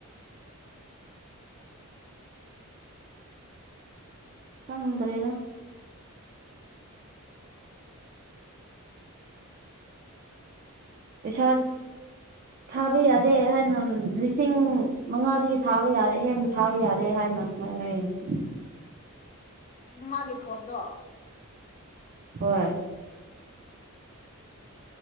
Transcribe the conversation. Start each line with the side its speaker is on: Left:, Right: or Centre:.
Right: ꯍꯪꯗ꯭ꯔꯦꯗ ꯄꯩꯁꯥꯠ
Left: <unintelligible>
Right: ꯊꯥꯕ ꯌꯥꯗꯦ ꯍꯥꯏꯅ ꯂꯤꯁꯤꯡ ꯃꯉꯥꯗꯒꯤ ꯊꯥꯕ ꯌꯥꯔꯦ ꯑꯍꯦꯟꯕ ꯊꯥꯕ ꯌꯥꯗꯦ ꯍꯥꯏꯅ <unintelligible>
Left: ꯃꯥꯒꯤ ꯐꯣꯟꯗꯣ
Right: ꯍꯣꯏ